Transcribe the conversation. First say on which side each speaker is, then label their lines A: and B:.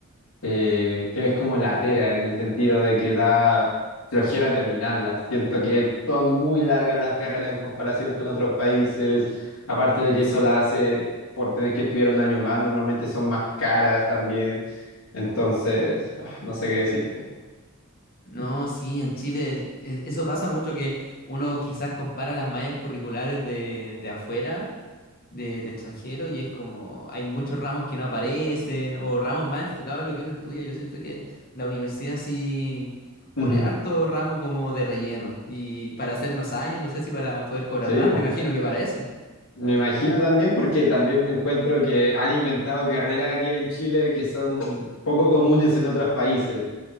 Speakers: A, on the left (about 80°); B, on the left (about 45°).
A: eh, que es como latera en el sentido de que da flojera terminarlas. Siento que son muy largas las carreras en comparación con otros países, aparte de que eso la hace por tener que estudiar un año más, normalmente son más caras también. Entonces, ah, no sé qué decirte.
B: No, sí, en Chile es- e- eso pasa mucho que uno quizás compara las mallas curriculares de, de afuera, de, de extranjero, y es como hay muchos ramos que no aparecen o ramos más enfocados en lo que uno estudia. Yo siento que la universidad sí
A: Ujú.
B: pone harto ramo como de relleno y para hacer más años, no sé si para poder cobrar
A: Sí,
B: más,
A: pues.
B: me imagino que para eso.
A: Me imagino también porque también encuentro que han inventado carreras aquí en Chile que son poco comunes en otros países.